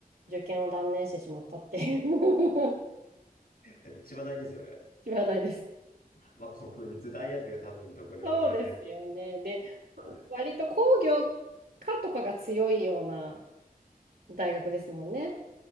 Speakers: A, on the right (about 80°); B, on the left (about 75°).
A: 受験を断念してしまったっていう <laughs>
B: えっと、千葉大ですよね。
A: 話題です。
B: まあ、国立大学、多分どこでも同じです。
A: そうですよね。で、
B: はい。
A: 割と工業科とかが強いような大学ですもんね。